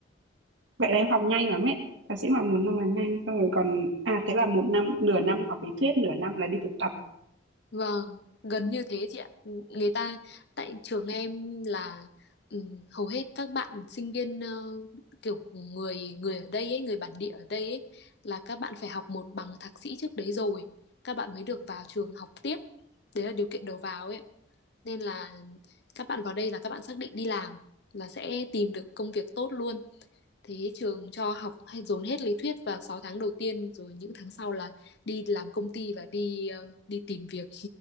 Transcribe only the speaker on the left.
Vâng, gần như thế chị ạ. Người ta tại trường em là ừm, hầu hết các bạn sinh viên ờ, kiểu người người ở đây ấy, người bản địa ở đây ấy là các bạn phải học một bằng thạc sĩ trước đấy rồi các bạn mới được vào trường học tiếp. Đấy là điều kiện đầu vào ấy. Nên là các bạn vào đây là các bạn xác định đi làm là sẽ tìm được công việc tốt luôn Thế trường cho học hay dồn hết lý thuyết vào 6 tháng đầu tiên rồi những tháng sau là đi làm công ty và đi ờ, đi tìm việc,